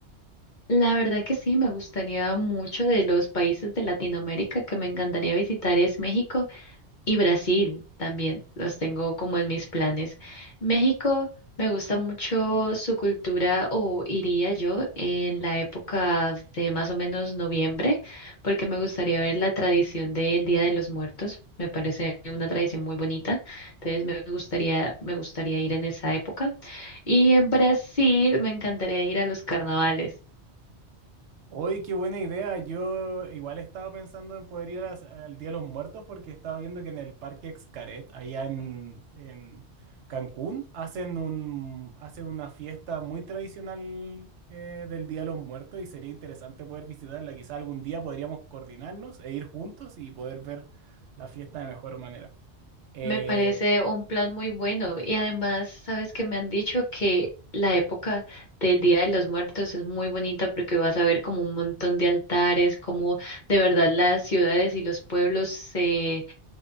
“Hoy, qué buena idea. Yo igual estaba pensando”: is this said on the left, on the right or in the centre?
Right